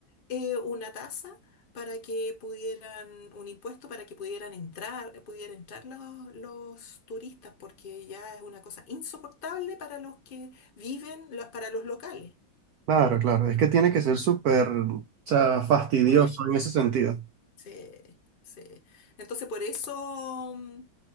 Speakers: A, on the left; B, on the right.
A: eh, una tasa para que pudieran, un impuesto para que pudieran entrar, pudieran entrar los, los turistas, porque ya es una cosa insoportable para los que viven, la- para los locales.
B: Claro, claro. Es que tiene que ser súper, o sea, fastidioso
A: Molesto.
B: en ese sentido.
A: Sí, sí. Entonces, por eso mm,